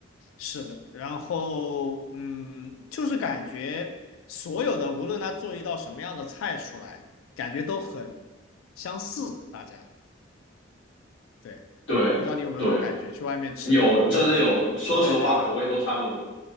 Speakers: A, on the left (about 85°); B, on the left (about 65°).
A: 是的。然后嗯，就是感觉所有的无论他做一道什么样的菜出来，感觉都很相似。大家，对，
B: 对对，
A: 我不知道你有没有这种感觉，去外面吃那种那种，
B: 有真的有，说实话口味都差不多，
A: 对对对。